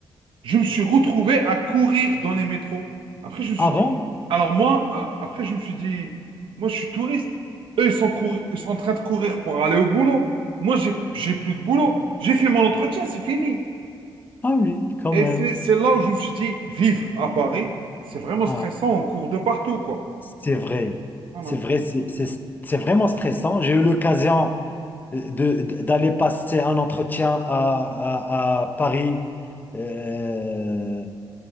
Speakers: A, on the right; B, on the left.
A: Je me suis retrouvé à courir dans les métros. Après, je me suis
B: Ah
A: dit,
B: bon?
A: alors moi, euh, après, je me suis dit, moi, je suis touriste. Eux, ils sont, cour- ils sont en train de courir pour aller au boulot. Moi, j'ai, j'ai plus de boulot. J'ai fait mon entretien, c'est fini.
B: Ah oui, quand
A: Et
B: même.
A: c'est, c'est là où je me suis dit, vivre à Paris, c'est vraiment
B: Ah,
A: stressant. On court de partout, quoi.
B: c'est vrai.
A: Voilà.
B: C'est vrai, c'est c'est- c'est vraiment stressant. J'ai eu l'occasion de- d'aller passer un entretien à, à- à Paris euh,